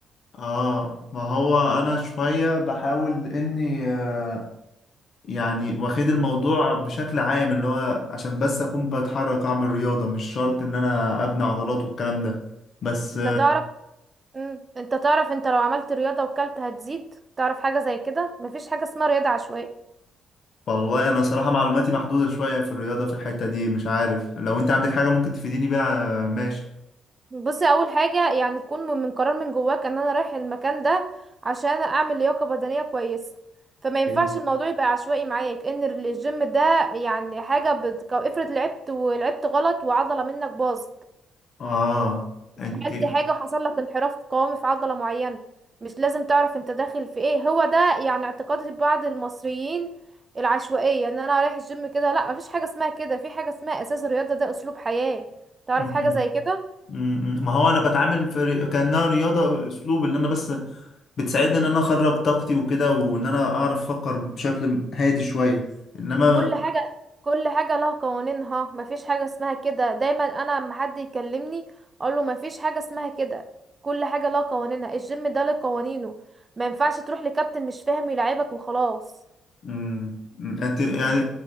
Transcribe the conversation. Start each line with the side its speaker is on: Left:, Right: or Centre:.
Left: آه ما هو أنا شوية بحاول إني آه، يعني واخد الموضوع بشكل عام اللي هو عشان بس أكون بتحرك أعمل رياضة مش شرط إن أنا أبني عضلات والكلام ده بس
Right: انت تعرف مم. انت تعرف انت لو عملت رياضة وكلت هتزيد تعرف حاجة زي كده مفيش حاجة اسمها رياضة عشوائية
Left: والله انا صراحة معلوماتي محدودة شوية في الرياضة في الحتة دي مش عارف لو انت عندك حاجة ممكن تفيديني بيها ماشي
Right: بصي اول حاجه يعني تكون من من قرار من جواك ان انا رايح المكان ده عشان اعمل لياقه بدنيه كويسه فما ينفعش
Left: إيه؟
Right: الموضوع يبقى عشوائي معاك ان ال- الجيم ده يعني حاجه بت... افرض لعبت ولعبت غلط وعضله منك باظت
Left: اه انت
Right: عملت حاجه وحصل لك انحراف قوامي في عضله معينه مش لازم تعرف انت داخل في ايه هو ده يعني اعتقاد بعض المصريين العشوائيه ان انا رايح الجيم كده لا مفيش حاجه اسمها كده في حاجه اسمها اساس الرياضه ده اسلوب حياه تعرف
Left: مم.
Right: حاجه زي كده
Left: مم. ما هو انا بتعامل في ري- كانها رياضه اسلوب ان انا بس بتساعدني ان انا اخرج طاقتي وكده وان انا اعرف افكر بشكل هادي شويه انما
Right: كل حاجة كل حاجة لها قوانينها مفيش حاجة اسمها كده دايما انا لما حد يكلمني اقول له مفيش حاجة اسمها كده كل حاجة لها قوانينها الجيم ده له قوانينه ما ينفعش تروح لكابتن مش فاهم يلعبك وخلاص
Left: امم انت يعني